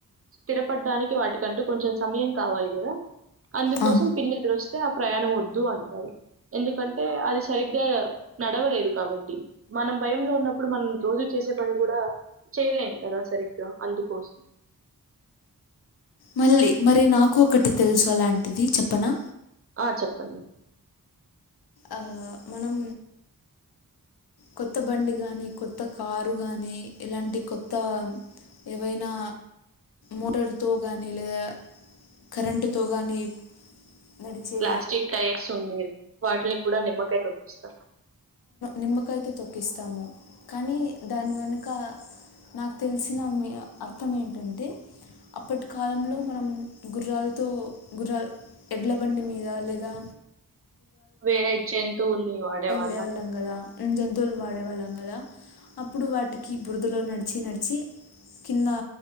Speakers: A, on the right (about 40°); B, on the left (about 85°).
A: స్థిరపడడానికి వాటికంటూ కొంచెం సమయం కావాలి కదా అందుకోసం
B: ఆ.
A: పిల్లిఎదురో స్తే ఆ ప్రయాణం వద్దు అంటారు ఎందుకంటే అది సరిగ్గా నడవలేదు కాబట్టి మనం భయంలో ఉన్నప్పుడు మనం రోజు చేసే పని కూడా చేయలేను కదా సరిగ్గా అందుకోసం
B: మళ్ళీ మరి నాకు ఒకటి తెలుసు అలాంటిది చెప్పనా
A: ఆ చెప్పండి
B: ఆ మనం కొత్త బండి కానీ కొత్త కారు గానీ ఇలాంటి కొత్త ఏవైనా మోటార్తో కానీ లేదా కరెంటుతో కానీ నడిచే
A: ప్లాస్టిక్ టైర్స్ ఉండి వాటిని కూడా నిమ్మకాయ తొప్పిస్తారు
B: నిమ్మకాయితో తొక్కిస్తాము కానీ దాని వెనుక నాకు తెలిసిన అర్థం ఏంటంటే అప్పటి కాలంలో మనం గుర్రాలతో గుర్రాలు ఎడ్ల బండి మీద లేదా
A: వేరే జంతువుల్ని వాడే వా
B: దేవళ్లంగద జంతువులు వాడేవాళ్ళం కదా అప్పుడు వాటికి బురదలో నడిచి నడిచి కింద